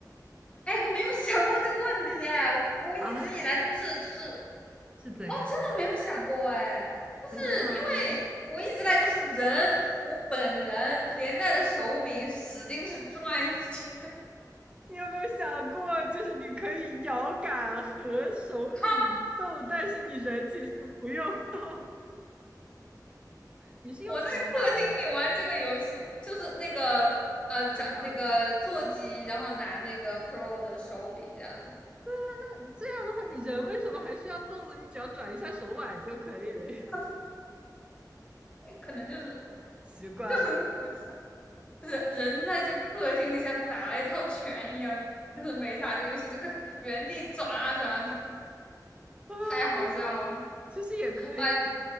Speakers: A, on the left (about 15°); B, on the right (about 15°).
A: 哎，我没有想过这个问题哎，我我一直以来都是就是
B: 啊？是怎样？
A: 哦，真的没有想过哎，就是因为我一直来都是人，
B: 真的吗？
A: 我本人连带着手柄使劲是转一圈，
B: 你有没有想过，就是你可以摇杆和手柄动，
A: <laughs> 哈，
B: 但是你人其实不用动？你是用什么打的？
A: 我在客厅里玩这个游戏，就是那个呃，掌那个座机，
B: 回看啊，
A: 然后拿那个 Pro 的手柄这样子，
B: 那这样的话，你人为什么还需要动呢？你只要转一下手腕就可以了呀。
A: <laughs> 可能就是
B: 习惯了，
A: 就很搞笑，就是人在这个客厅里像打了一套拳一样，就是没打这个游戏就跟原地转啊转啊转，
B: 啊，
A: 太好笑了。
B: 其实也可以，
A: 哎，